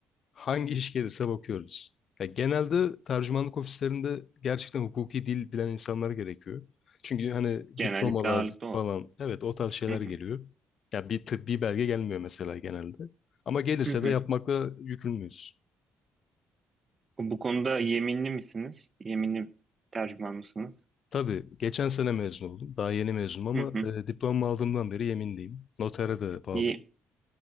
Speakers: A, on the left; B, on the right.
A: hangi iş gelirse bakıyoruz. Ya genelde tercümanlık ofislerinde gerçekten hukuki dil bilen insanlar gerekiyor. Çünkü hani
B: genellikle
A: diplomalar
B: ağırlıklı o.
A: falan evet o tarz şeyler
B: Hı hı,
A: geliyor. Ya bir tıbbi belge gelmiyor mesela genelde. Ama gelirse
B: hı hı.
A: de yapmakla yükümlüyüz.
B: Bu konuda yeminli misiniz? Yeminli tercüman mısınız?
A: Tabii geçen sene mezun oldum. Daha yeni mezunum
B: Hı
A: ama
B: hı.
A: e, diplomamı aldığımdan beri yeminliyim. Notere de bağlıyım.
B: Ye-